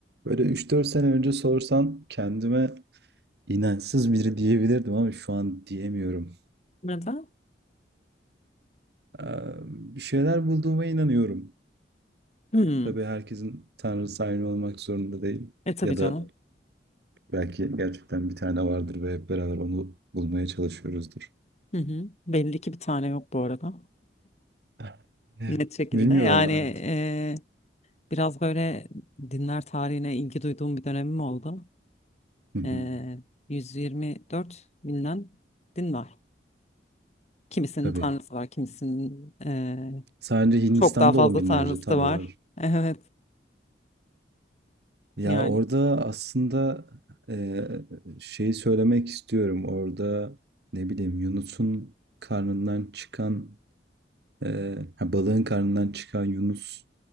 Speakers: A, on the right; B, on the left.
A: Böyle üç dört sene önce sorsan kendime inançsız biri diyebilirdim ama şu an diyemiyorum.
B: Neden?
A: Ee, bir şeyler bulduğuma inanıyorum.
B: Hmm.
A: Tabii herkesin tanrısı aynı olmak zorunda değil.
B: E tabii
A: Ya
B: canım.
A: da belki gerçekten bir tane vardır ve hep beraber onu bulmaya çalışıyoruzdur.
B: Hı hı. Belli ki bir tane yok bu arada.
A: <laughs> Eh,
B: Net şekilde.
A: Bilmiyorum
B: Yani
A: artık.
B: e, biraz böyle dinler tarihine ilgi duyduğum bir dönemim oldu.
A: <laughs>
B: E, 124 binden din var. Kimisinin
A: Tabii.
B: tanrısı var, kimisinin e,
A: Sadece Hindistan'da
B: çok daha fazla
A: on binlerce
B: tanrısı
A: tanrı
B: da var.
A: var.
B: <laughs> Evet,
A: Ya
B: yani.
A: orada aslında eee, şeyi söylemek istiyorum. Orada ne bileyim Yunus'un karnından çıkan eee, ha, balığın karnından çıkan Yunus